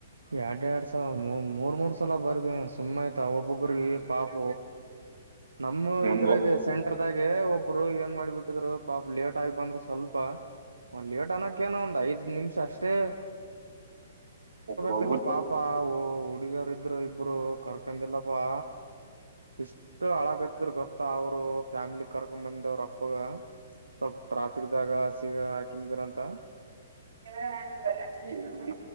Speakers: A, on the right; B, on the right.
A: ಎರಡ್ ಎರಡ್ ಸಾವ ಮೂ ಮೂರ್ ಮೂರ್ ಸಲ ಬರ್ದ ಸುಮ್ಮ್ ಆಯ್ತ ಒಬ್ಬೊಬ್ರ ಪಾಪ ನಮ್ಮ
B: ಒಂದು
A: ಇದ್ರಾಗ ಸೆಂಟ್ರದಾಗ ಏ ಒಬ್ರು ಏನ್ ಮಾಡ್ಬಿಟ್ಟಿದ್ರು ಪಾಪ ಲೇಟ್ ಆಗ ಬಂದ್ರು ಸ್ವಲ್ಪ ಒಂದು ಲೇಟ್ ಅನಕ್ಕೇನೋ ಒಂದ್ ಐದ್ ನಿಮಿಷ ಅಷ್ಟೇ
B: ಹಬ
A: ಕಲ್ ಪಾಪಾ ಹುಡುಗರ ಇದ್ರು ಇಬ್ರು ಕರ್ಕಂದಿಲ್ಲ ಪಾ ಇಷ್ಟು ಹಳಾಗತಿದ್ರ ಗೊತ್ತಾ ಅವರು ಫ್ಯಾಮಿಲಿ ಕರ್ಕೊಂಡ ಬಂದ ಅವ್ರ ಅಪ್ಪಗ ಸ್ವಲ್ಪ ಟ್ರಾಫಿಕ್ ಜಾಗ ಸಿಗ ಹಾಕನ್ಿದೀರಂತ
B: ಹವರ